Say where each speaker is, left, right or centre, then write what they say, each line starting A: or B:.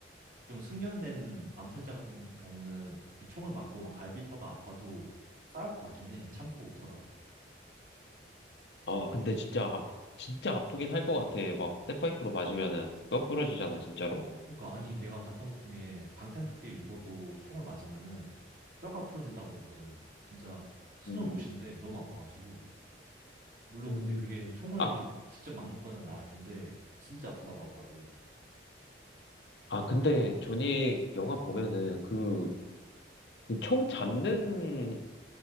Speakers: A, on the right; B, on the left.
A: 좀 숙련된 암살자 같은 경우는 그렇게 총을 맞고 막 갈비뼈가 아파도 싸울 것 같긴 해 참고서라도
B: 아, 근데 진짜, 아, 진짜 아프긴 할 것 같아. 막, 백파이프로 맞으면은 뼈 부러지잖아, 진짜로.
A: 그러니까 아니 내가 봤던 것 중에 방탄조끼를 입어도 총을 맞으면은 뼈가 부러진다고 했거든 진짜 숨을
B: 음,
A: 못 쉰대 너무 아파가지고 물론
B: 음.
A: 근데 그게 총을
B: 아,
A: 직접 맞는 것보다는 나을 텐데 진짜 아프다고 하더라고.
B: 아, 근데, 존윅 영화 보면은, 그, 그 총 잡는